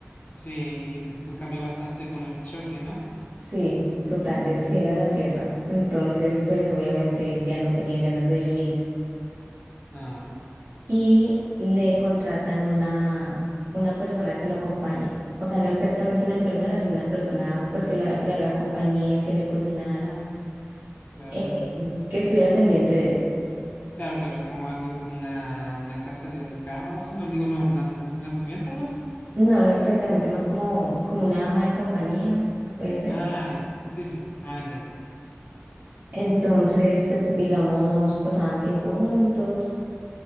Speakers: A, on the left (about 40°); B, on the right (about 60°).
A: Sí, y después cambió bastante con el choque, ¿no?
B: Sí, total, del cielo a la tierra. Entonces, pues obviamente él ya no tenía ganas de vivir
A: Ah,
B: y le contratan una, una persona que lo acompañe. O sea, no exactamente una enfermera, sino una persona pues que la- le haga compañía, que le cocinara,
A: claro,
B: eh,
A: un,
B: que estuviera pendiente de él.
A: claro, claro, como alguien, una, una clase de mucama o algo así, no digo, no, una, si- una sirvienta o algo así.
B: No, no exactamente, más como, como una ama de compañía, puede ser.
A: Ah, ya. Sí, sí, ahora entiendo.
B: Entonces, pues digamos, pasaban tiempo juntos